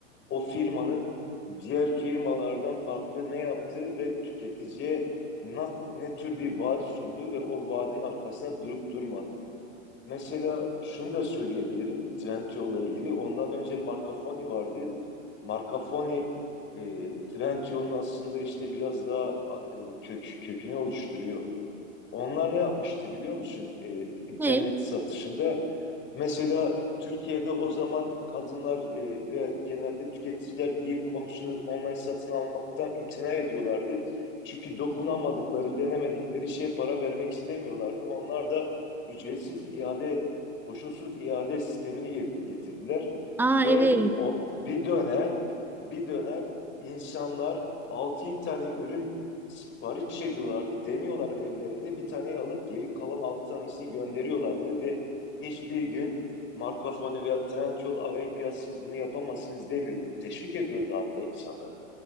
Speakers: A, on the left; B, in the centre.
A: o firmanın diğer firmalardan farklı ne yaptığı ve tüketiciye na- ne, tür bir vaat sunduğu ve o vaadin arkasında durup durmadığı. Mesela şunu da söyleyebilirim Trendyol'la ilgili. Ondan önce Marcafoni vardı. Marcafoni e, Trendyol'un aslında işte biraz daha e, kök kökünü oluşturuyor. Onlar ne yapmıştı biliyor musun? E, internet
B: Ne?
A: satışında Mesela Türkiye'de o zaman kadınlar e, ve genelde tüketiciler giyim konusunda online satın almaktan imtina ediyorlardı. Çünkü dokunamadıkları, denemedikleri şeye para vermek istemiyorlardı. Onlar da ücretsiz iade, koşulsuz iade sistemini ge- getirdiler.
B: Aa
A: Ve
B: evet.
A: o bir dönem, bir dönem insanlar 6 tane ürün sipariş ediyorlardı. Deniyorlar evlerinde. Bir taneyi alıp geri kalan 6 tanesini gönderiyorlardı ve Hiçbir gün Marco Polo veya Trendyol arayıp ya siz bunu yapamazsınız demiyordu. Teşvik ediyordu hatta insanları.